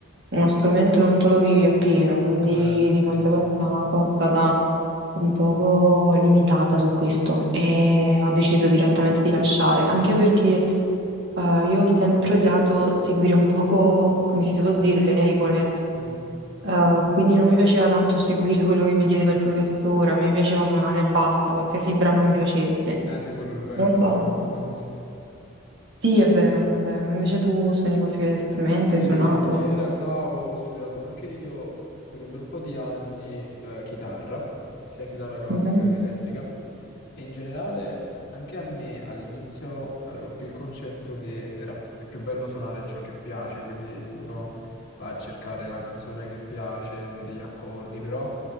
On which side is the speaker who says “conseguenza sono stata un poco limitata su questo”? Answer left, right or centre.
Right